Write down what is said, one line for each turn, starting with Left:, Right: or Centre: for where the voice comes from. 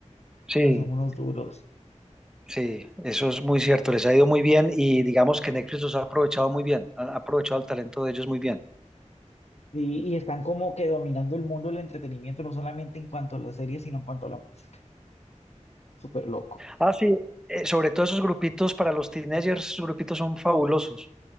Centre: Sí,
Left: O sea, son unos duros.
Centre: Sí, eso es muy cierto, les ha ido muy bien y digamos que Netflix los ha aprovechado muy bien, ha ha aprovechado el talento de ellos muy bien.
Left: Sí, y están como que dominando el mundo del entretenimiento, no solamente en cuanto a las series, sino en cuanto a la música. Súper loco.
Centre: Ah, sí, eh, sobre todo esos grupitos para los teenagers, esos grupitos son fabulosos.